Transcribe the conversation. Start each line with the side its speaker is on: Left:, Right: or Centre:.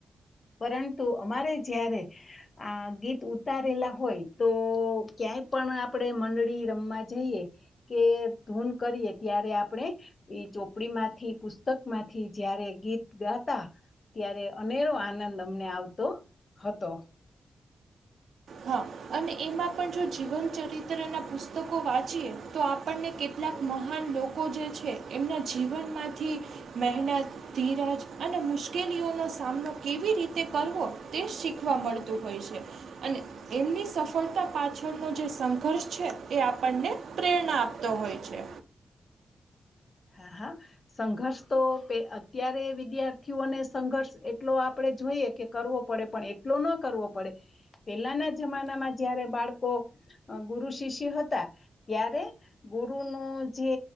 Left: પરંતુ અમારે જ્યારે આ ગીત ઉતારેલા હોય તો ક્યાંય પણ આપણે મંડળી રમવા જઈએ કે ધૂન કરીએ, ત્યારે આપણે ઈ ચોપડીમાંથી, પુસ્તક માંથી જયારે ગીત ગાતા ત્યારે અનેરો આનંદ અમને આવતો હતો.
Right: હા અને એમાં પણ જો જીવન ચરિત્રના પુસ્તકો વાંચીએ તો આપણને કેટ ટલાક મહાન લોકો જે છે એમના જીવનમાંથી મહેનત, ધીરજ અને મુશ્કેલીઓનો સામનો કેવી રીતે કરવો તે શીખવા મળતું હોય છે. અને એમની સ ફળતા પાછળનો જે સંઘર્ષ છે એ આપણને પ્રેરણા આપતો હોય છે.
Left: હા, હા. સંઘર્ષ તો પે અત્યારે વિદ્યાર્થીઓને સંઘર્ષ એટલો આપણેે જોઈએ કે કરવો પડે પણ એટલો ન કરવો પડે. પેલાના જમાનામાં જયારે બાળકો અહ ગુરુ શિષ્ય હતા ત્યારે ગુરુ નું જે